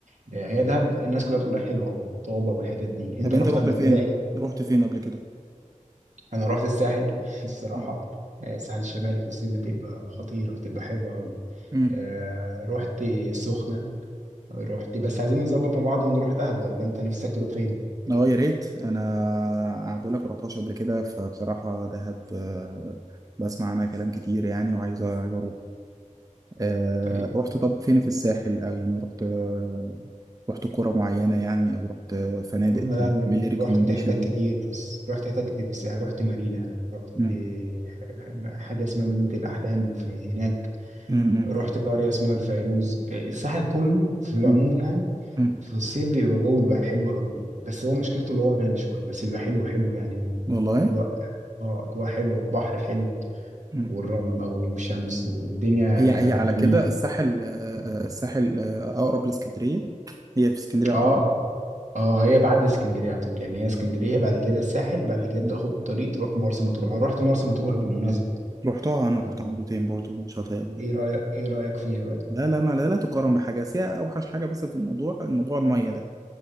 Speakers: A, on the right; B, on the right.
A: ده هي دهب الناس كلها بتقول حلوه وطابه والحتت دي انت
B: طب انت
A: رحت
B: رحت
A: قبل
B: فين
A: كده ايه
B: رحت فين قبل كده
A: انا رحت الساحل <laughs> الصراحه
B: اه
A: آه، الساحل الشمالي في الصيف بتبقى خطيره بتبقى حلوه قوي
B: امم
A: آه رحت السخنه رحت بس عايزين نظبط مع بعض ونروح دهب ولا انت نفسك تروح فين
B: اه يا ريت انا بقول لك رحتهاش قبل كده فبصراحه دهب آه، بسمع عنها كلام كتير يعني وعايز عايز اروح آه،
A: طيب
B: رحت طب فين في الساحل او يعني رحت آه، رحت قرى معينه يعني او رحت آه، فنادق
A: انا لا
B: تعمل لي ريكومنديشن
A: رحت حتت
B: ليها
A: كتير بس رحت حتت كتير في الساحل رحت مارينا رحت
B: مم.
A: ح- حاجه اسمها مدينه الاحلام في هناك
B: مم.
A: رحت قرية اسمها الفيروز الساحل كله في العموم
B: مم.
A: يعني
B: مم.
A: في الصيف بيبقى جو بيبقى حلو قوي بس هو مشكلته اللي هو غالي شوية بس بيبقى حلو حلو يعني
B: والله
A: أجواء اه أجواء حلوة البحر حلو
B: مم.
A: والرملة والشمس والدنيا
B: هي هي على
A: جميل
B: كده الساحل آه، آه، الساحل آه، اقرب لاسكندريه هي في اسكندريه يعتبر
A: اه اه هي بعد اسكندرية على طول يعني هي اسكندرية بعد كده الساحل بعد كده
B: مم.
A: تاخد طريق تروح مرسى مطروح أنا رحت مرسى مطروح بالمناسبة
B: رحتها انا رحتها
A: آه.
B: مرتين برضو شاطئ
A: ايه رأيك ايه رأيك فيها بقى
B: لا لا ما لا, لا تقارن بحاجة بس هي أوحش حاجة بس في الموضوع الموضوع المية ده